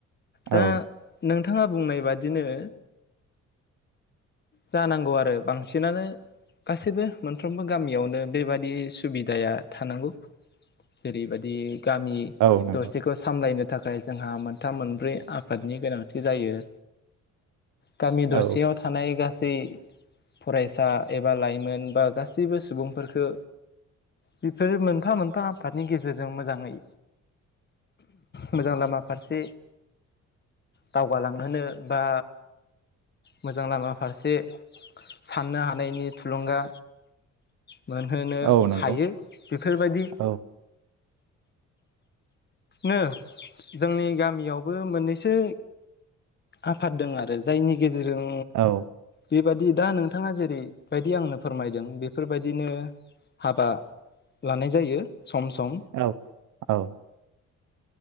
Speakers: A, on the right; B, on the left.
A: औ
B: दा नों नोंथाङा बुंनाय बादिनो जानांगौ आरो बांसिनानो गासैबो मोनफ्रोमबो गामियावनो बेबादि सुबिदाया थानांगौ जेरैबायदि गामि
A: औ नंगौ
B: दरसेखौ सामलायनो थाखाय जोंहा मोनथाम मोन ब्रै आफादनि गोनांथि जायो गामि दरसेयाव
A: औ
B: थानाय गा गासै फरायसा एबा लाइमोन बा गासैबो सुबुंफोरफोरखौ बेफोर मोनफा मोनफा आफादनि गेजेरजों मोजाङै मोजां लामा फारसे दावगालांहोनो बा मोजां लामा फारसे साननो हानायनि थुलुंगा मोनहोनो
A: औ नंगौ
B: हायो बेफोरबायदि
A: औ
B: नो जोंनि गामियावबो मोननैसो आफाद दं आरो जायनि गेजेरजों
A: औ
B: बेबायदि दा नोंथाङा जेरैबायदि आंनो फोरमायदों बेफोरबायदिनो हाबा लानाय जायो सम सम
A: औ औ